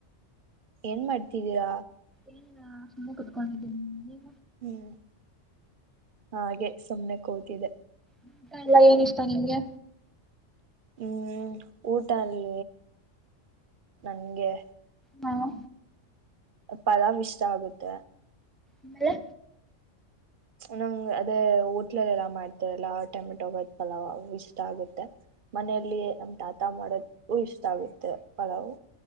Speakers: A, on the right; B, in the centre.
A: ಏನ್ ಮಾಡ್ತಿದೀರಾ?
B: ಏ ಸುಮ್ಮನೆ ಕುತ್ಕೊಂಡಿದ್ದೀನಿ.
A: ಹ್ಮ್ ಹಾಗೆ ಸುಮ್ನೆ ಕೂತಿದೆ.
B: ಊಟ ಎಲ್ಲ ಏನ ಇಷ್ಟ ನಿಂಗೆ?
A: ಹ್ಮ್ ಊಟ ಅಲ್ಲಿ ನನ್ಗೆ.
B: ಹ್ಮ.
A: ಪಲಾವ್ ಇಷ್ಟ ಆಗುತ್ತೆ.
B: ಆಮೇಲೆ.
A: ನಂಗ್ ಅದೇ ಹೋಟ್ಲಲ್ಲೆಲ್ಲ ಮಾಡ್ತಾರಲ್ಲ ಟೊಮೆಟೊ ಬಾತ್ ಪಲಾವ್ ಅವ ಇಷ್ಟ ಆಗುತ್ತೆ. ಮನೆಯಲ್ಲಿ ನಮ್ ತಾತ ಮಾಡದ ಇಷ್ಟಾ ಆಗುತ್ತೆ ಪಲಾವು.